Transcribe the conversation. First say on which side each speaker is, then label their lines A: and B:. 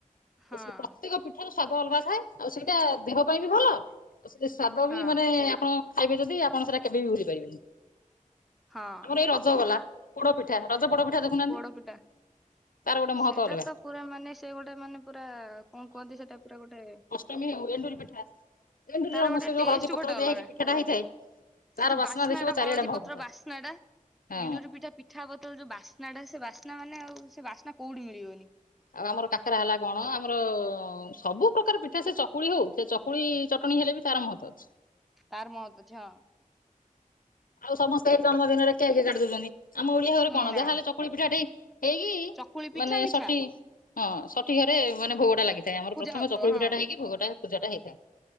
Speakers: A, in the centre; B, on the left.
A: ହଁ
B: ଆଉ ସେ ପ୍ରତେକ ପି ସେଠାରୁ ସ୍ଵାଦ ଅଲଗା ଥାଏ ଆଉ ସେଇଟା ଦେହ ପାଇଁ ବି ଭଲ ଆଉ ସେ ସ୍ଵାଦ
A: ହଁ
B: ବି ମାନେ ଆପଣ ଖାଇବେ ଯଦି ଆପଣ ସେଟା କେବେ ବି ଭୁଲି ପାରିବେନି,
A: ହଁ
B: ଆମର ଏଇ ରଜ ଗଲା ପୋଡପିଠା ରଜ ପୋଡ ପିଠା ଦେଖୁନାହାନ୍ତି
A: ପୋଡପିଠା
B: ତାର ଗୋଟେ ମହତ୍ବ
A: ସେଟା
B: ଅଲଗା।
A: ତ ପୁରା ମାନେ ସେ ଗୋଟେ ମାନେ ପୁରା କଣ କୁହନ୍ତି ସେଟା ପୁରା ଗୋଟେ
B: ଚମି ହେଉ ଏଣ୍ଡୁରି ପିଠା ଏଣ୍ଡୁରିର
A: ତାର ଗୋଟେ
B: ସେ ଯୋଉ
A: ଟେଷ୍ଟ
B: ହଳଦୀ ପତ୍ର
A: ଗୋଟେ ଅଲଗା
B: ଦିଆ ହେଇକି ପିଠାଟା ହେଇଥାଏ ତାର
A: ସେ ଯୋଉ
B: ବାସ୍ନା
A: ବାସ୍ନାଟା
B: ଦେଖିବ ଚାରିଆଡେ
A: ହଳଦୀ
B: ମହକୁଥାଏ
A: ପତ୍ର ବାସ୍ନାଟା
B: ହଁ
A: ଏଣ୍ଡୁରି ପିଠା ପି ମିିଠା ବୋତଲ ଯୋଉ ବାସ୍ନାଟା ସେ ବାସ୍ନା ମାନେ ଆଉ ସେ ବାସ୍ନା କୋଉଠି ମିଳିବନି।
B: ଆଉ ଆମର କାକରା ହେଲା କଣ ଆମର ସବୁ ପ୍ରକାର ପିଠା ସେ ଚକୁଳି ହଉ ସେଚ କୁଳି ଚଟଣି ହେଲେ ବି ତାର ମହତ ଅଛି।
A: ତାର ମହତ୍ଵ ଅଛି ହଁ।
B: ଆଉ ସମସ୍ତେ ଏଇ ଜନ୍ମଦିନରେ କେକେ କାଟି ଦଉଛନ୍ତି ଆମ ଓଡିଆ ଘରେ
A: ହୁଁ
B: କଣ
A: ନା
B: ଯାହାହେଲେ ଚକୁଳି ପିଠାଟେ ହେଇକି
A: ଚକୁଳି ପିଠା
B: ମାନେ
A: ମିଠା।
B: ସଟି ହଁ ସଠି ଘରେ ମାନେ ଭୋଗଟା ଲାଗିଥାଏ ଆମର
A: ପୂଜା
B: ପ୍ରଥମ
A: ହବ
B: ଚକୁଳି
A: ହଁ
B: ପିଠାଟା ହେଇିକି ଭୋଗଟା ପୂଜା ଟା ହେଇଥାଏ